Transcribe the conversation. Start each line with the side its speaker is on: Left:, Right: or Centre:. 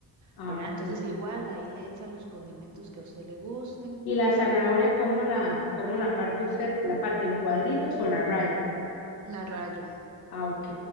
Left: ah,
Right: ¿verdad?
Left: ok.
Right: Entonces igual ahí le echa los condimentos que a usted le gusten.
Left: ¿Y la zanahoria, cómo la, cómo la parte usted? ¿La parte en cuadritos o la raya?
Right: La rayo,
Left: Ah, ok,